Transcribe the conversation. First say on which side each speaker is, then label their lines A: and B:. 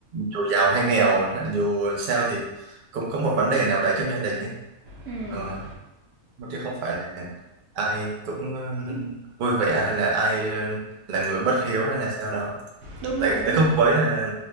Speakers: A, on the right (about 45°); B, on the right (about 80°).
A: dù giàu hay nghèo dù sao thì cũng có một vấn đề nào đấy trong gia đình ấy
B: ừm,
A: ờ, chứ không phải là ai cũng ừ, vui vẻ hay là ai ừ, là người bất hiếu hay là sao đó
B: đúng
A: tại
B: rồi, đúng
A: tại khúc
B: rồi.
A: cuối là